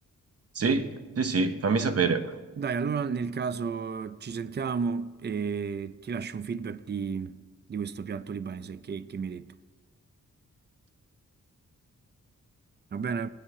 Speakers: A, on the right; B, on the right.
A: Sì, sì, sì, fammi sapere.
B: Dai, allora nel caso ci sentiamo e ti lascio un feedback di, di questo piatto libanese che, che mi hai detto. Va bene?